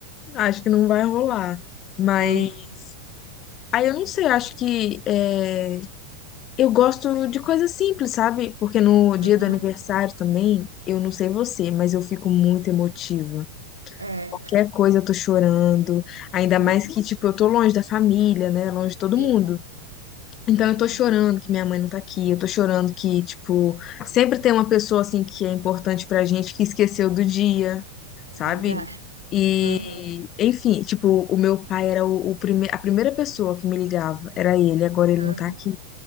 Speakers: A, on the left; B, on the right.
A: acho que não vai rolar.
B: Nossa,
A: Mas.
B: Não,
A: Aí eu não sei, acho que. é, Eu gosto de coisas simples, sabe? Porque no dia
B: aham.
A: do aniversário também, eu não sei você, mas eu fico muito emotiva.
B: É.
A: Qualquer coisa eu tô chorando, ainda
B: Uhum.
A: mais que, tipo, eu tô longe da família, né? Longe de todo
B: Sim,
A: mundo. Então
B: aham.
A: eu tô chorando que minha mãe não tá aqui, eu tô chorando que, tipo, sempre tem uma pessoa, assim, que é importante pra gente que esqueceu do dia,
B: É
A: sabe?
B: verdade.
A: E,
B: Aham,
A: enfim, tipo, o meu pai era o, o prime- a primeira pessoa que me ligava, era ele, agora ele
B: aham,
A: não tá aqui.